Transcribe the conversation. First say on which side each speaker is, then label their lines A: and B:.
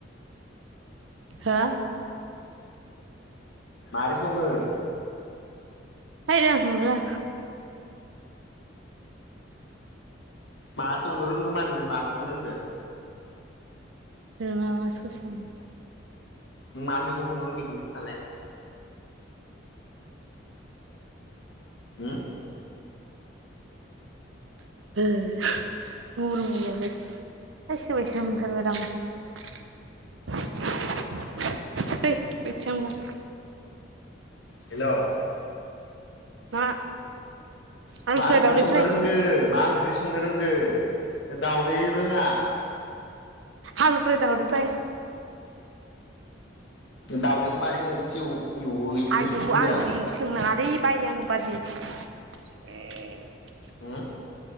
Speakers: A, on the right (about 80°); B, on the left (about 75°).
A: हा?
B: मारै सङो?
A: है आं संनो रोङा।
B: मा संनो रोंगौ होनबा नोङो मा संनो रोंगो?
A: रोङा आं गासिखौबो संनो।
B: नों ना मैगं संनो रोंगौ इखौनो खोनथालाय। होम।
A: ओ गरमाव माबा खायसो बायसो मोनथारबायलां, फै बैथिं थांनोबा।
B: हेल'?
A: मा? आलु
B: मा
A: फ्राय
B: ओंख्रि
A: दावदै
B: संनो
A: फ्राय
B: रोंगो मा ओंख्रि संनो रोंगो? ओ दाउदै रोङा?
A: आलु फ्राय दउदै फ्राय।
B: दावदैखौ मारै एव सि एवो इखौ
A: आयु
B: खोन्था
A: आं जि सोंनाङा रि बायो आं <unintelligible>
B: होम?